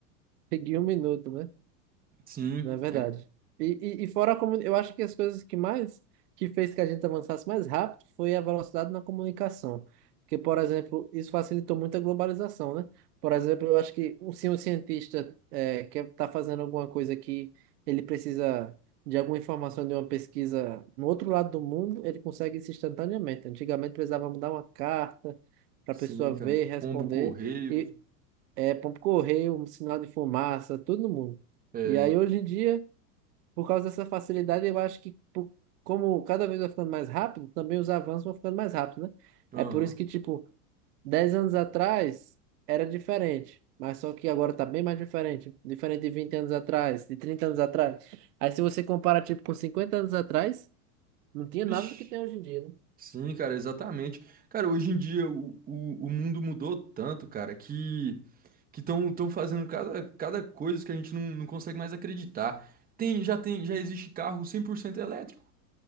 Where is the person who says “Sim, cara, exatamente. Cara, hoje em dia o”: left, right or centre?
Right